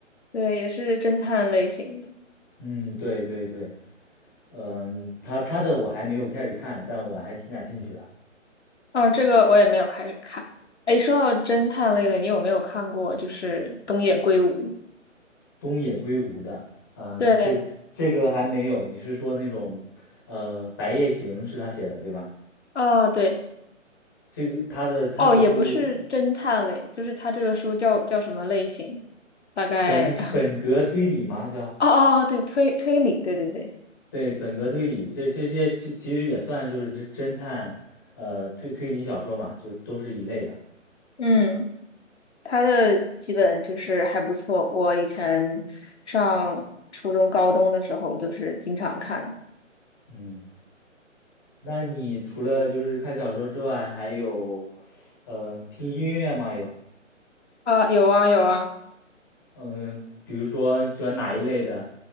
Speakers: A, on the left; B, on the left.
A: 对，也是侦探类型的。
B: 嗯，对对对，嗯，他他的我还没有开始看，但我还挺感兴趣的。
A: 哦，这个我也没有开始看。哎，说到侦探类的，你有没有看过就是东野圭吾？
B: 东野圭吾的，嗯，
A: 对。
B: 这个这个还没有。你是说那种，呃，《白夜行》是他写的对吧？
A: 哦，对，
B: 这个他的他的书
A: 哦，也不是侦探类，就是它这个书叫叫什么类型？大概，
B: 本本格推理吗？
A: <laughs>
B: 叫
A: 哦哦哦，对，推推理，对对对，
B: 对本格推理，这这些其其实也算就是侦侦探，呃，推推理小说嘛，就都是一类的。
A: 嗯，他的基本就是还不错。我以前上初中、高中的时候，就是经常看。
B: 嗯，那你除了就是看小说之外，还有，呃，听音乐吗？有？
A: 啊，有啊有啊，
B: 嗯，比如说喜欢哪一类的，